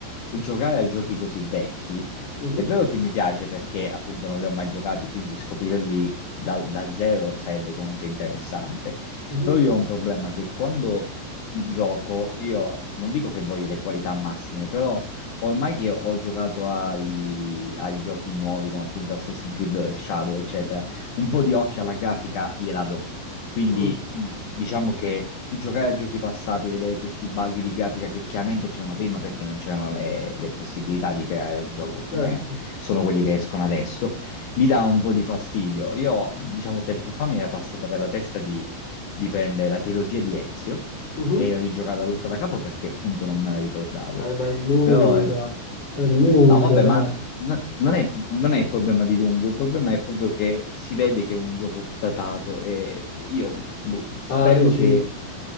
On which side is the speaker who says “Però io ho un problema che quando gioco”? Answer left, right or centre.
Left